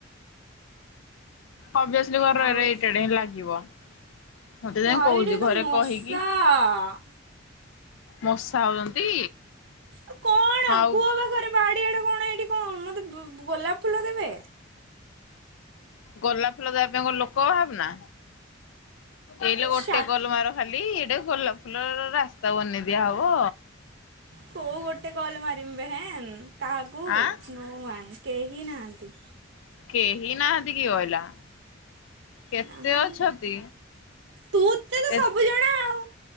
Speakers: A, on the left; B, on the right.
A: ଅଭ୍ୟାସ ଯୋଉ ଘରେ ରହି
B: ଆଉ
A: ରହି ଇରିଟେଡ୍ ହିଁ ଲାଗିବ। ମାତେ ଯାଇ
B: ଭାଇ
A: କହୁଚି,
B: ଏଠି ତ
A: ଘରେ
B: ମଶା
A: କହିକି ମଶା ହଉଛନ୍ତି?
B: ଆଉ କଣ
A: ଆଉ
B: କୁଅ ପାଖରେ ବାଡିଆଡେ କଣ ଏଇଠି କଣ ମୋତେ ବୁ-ଗୋଲାପ ଫୁଲ ଦେବେ।
A: ଗୋଲା ଫୁଲ ଦେବା ପାଇଁ କଣ ଲୋକ ଅଭାବ ନା, ଏଇଲେ
B: ଏ
A: ଗୋଟେ
B: ଶାଟ
A: କଲ୍ ମାର। ଖାଲି ଏଇଟା ଗୋଲା ଫୁଲର ରାସ୍ତା ବନେଇ ଦିଆ ହବ।
B: କୋଉ ଗୋଟେ କଲ୍ ମାରମି <unintelligible> କାହାକୁ?
A: ଆଁ
B: <unintelligible> କେହି ନାହାଁନ୍ତି।
A: କେହି ନାହାନ୍ତି କିଏ କହିଲା? କେତେ
B: ନାହାନ୍ତି
A: ଅଛନ୍ତି
B: ତୁ ତେ ତ
A: ଏ
B: ସବୁ ଜଣା ଆଉ